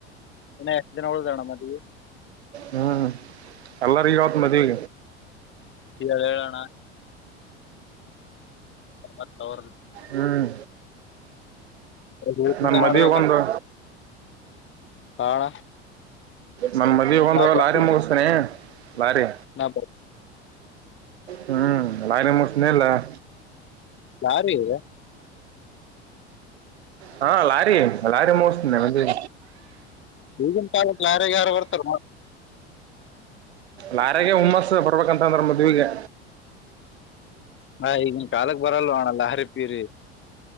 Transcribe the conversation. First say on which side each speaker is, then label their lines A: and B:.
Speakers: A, on the left; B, on the right.
A: ಇನ ಎಷ್ಟು ದಿನ ಉಳದವ ಅಣ್ಣಾ ಮದವಿ
B: ಹ್ಮ್ ಎಲ್ಲ ಪರಿರಾತ್ ಮದ <unintelligible>
A: ಹೇಳೋಣ ತ ಅವ್ರ
B: ಹ್ಮ್
A: ಅವ್ರನ್ನ
B: ನಮ್ಮ ಮದ್ವಿಗ
A: ಮಾಡ್ಬೇಕಣ
B: ಒಂದು
A: ಕಾರಣ
B: ನಮ್ಮ ಮದ್ವೆ ಒಂದ
A: ನಾವ್ ಬ-
B: ಲಾರಿ ಮುಗಿಸ್ತೇನಿ ಲಾರಿ
A: ನಾವ್ ಬ-
B: ಹ್ಮ್ ಲಾರಿ ಮುಗಸತಾನೆ ಲಾರಿ
A: ಲಾರಿಗೆ
B: ಹಾ ಲಾರಿ ಲಾರಿ ಮೋಸ್ಂದ ಮಂದ
A: ಈಗಿನ ಕಾಲಕ ಲಾರೆಗ ಯಾರ ಬರ್ತರ
B: ಲಾರಗೆ ಹುಮ್ಮಸ್ ಬರ್ಬೇಕಂತಂದ್ರ ಮದ್ವಿಗೆ
A: ಹಾ ಈಗಿನ ಕಾಲಕ್ ಬರಲ್ವ ಅಣ ಲಾರಿ ಪೀರಿ